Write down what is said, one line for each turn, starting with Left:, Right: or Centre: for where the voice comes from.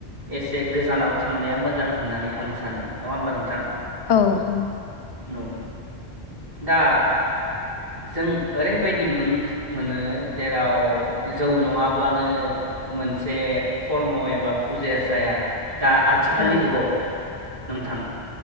Right: एसे गोजानाव थांनाया मोजां होननानै आं सानो नङा होमबा नोंथां
Left: औ औ
Right: औ दा जों ओरैबायदि नुन मोनो जेराव जौ नङाब्लानो मोनसे खर्म एबा फुजाया जाया दा आथिखालनि
Left: औ
Right: जुगाव नोंथां